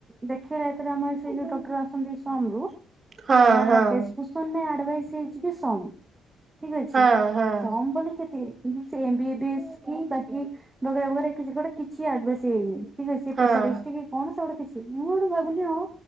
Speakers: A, on the right; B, on the right.
A: ଦେଖା ଯେତ ଆମର ସେ ଯୋଉ ଡଟର ଆସନ୍ତି ସମ ରୁ
B: ହଁ
A: ତା
B: ହଁ
A: ପେଶକ୍ରିପସନ୍ ଆଡଭାଇସ୍ ହେଇଛି କି ସମ ଠିକ ଅଛି
B: ହଁ ହଁ
A: ସମ୍ ବୋଲି କ୍ଷତି ସେ ଏ ବି ବିସ୍ କି ବାକି ବଗ ବଗଟା <unintelligible> କିଛି ଆଡଭସ ହେଇନି ଠିକ ଅଛି
B: ହଁ ହଁ
A: ପେଶରିଷ୍ଟି କି କମ ସେ ଗୋଟେ କିଛି ମୁଁ ଗୋଟେ ଭାବିଲି ହଁ